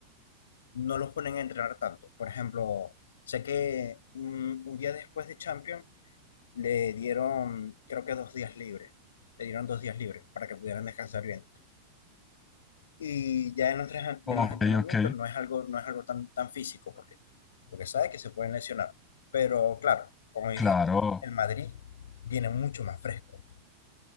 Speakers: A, on the left; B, on the left.
A: no los ponen a entrenar tanto. Por ejemplo, sé que un, un día después de Champions le dieron, creo que dos días libres. Le dieron dos días libres para que pudieran descansar bien. Y ya en los, en
B: Ok,
A: los entrenamientos
B: ok,
A: no es algo, no es algo tan, tan físico, porque, porque sabe que se pueden lesionar. Pero claro, como dices,
B: claro,
A: tú, el Madrid viene mucho más fresco.